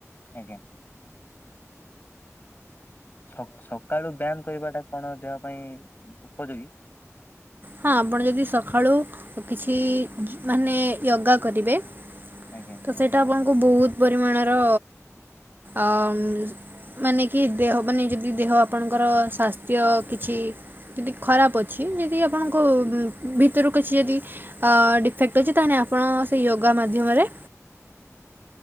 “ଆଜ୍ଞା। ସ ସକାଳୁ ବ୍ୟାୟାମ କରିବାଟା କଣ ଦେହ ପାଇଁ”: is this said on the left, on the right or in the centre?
Left